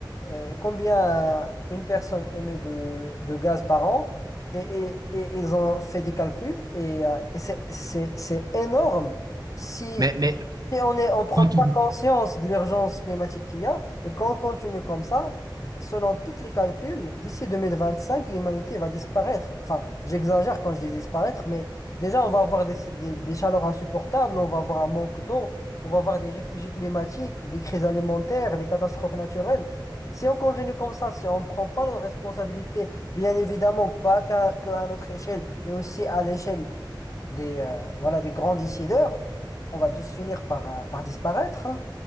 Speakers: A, on the left (about 40°); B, on the right (about 50°).
A: euh, combien une personne émet de, de gaz par an, et, et- et ils ont fait des calculs, et, euh, et c'est c'est- c'est énorme. Si,
B: Mais, mais,
A: si on est, on prend
B: Pas tout.
A: pas conscience de l'urgence climatique qu'il y a, et qu'on continue comme ça, selon tous les calculs, d'ici 2025, l'humanité va disparaître. Enfin, j'exagère quand je dis disparaître, mais déjà, on va avoir des, des, des chaleurs insupportables, on va avoir un manque d'eau, on va avoir des réfugiés climatiques, des crises alimentaires, des catastrophes naturelles. Si on continue comme ça, si on ne prend pas nos responsabilités, bien évidemment, pas qu'à qu'à notre échelle, mais aussi à l'échelle des, euh, voilà, des grands décideurs, on va tous finir par, euh, par disparaître. hein.